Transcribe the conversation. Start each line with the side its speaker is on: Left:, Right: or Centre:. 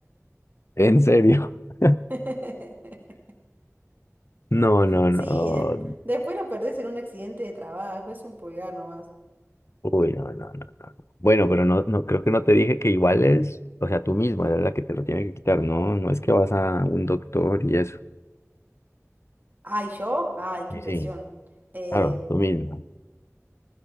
Left: ¿en serio? <laughs>
Right: <laughs>
Left: No, no,
Right: Sí,
Left: no.
Right: des- después lo perdés en un accidente de trabajo, es un pulgar nomás.
Left: Uy, no, no, no, no. no. Bueno, pero no, no, creo que no te dije que igual es, o sea, tú mismo eres la que te lo tiene que quitar, ¿no? No es que vas a un doctor y eso.
Right: Ay, yo, ay,
Left: Y
Right: qué impresión.
Left: sí,
Right: Em,
Left: claro, tú mismo.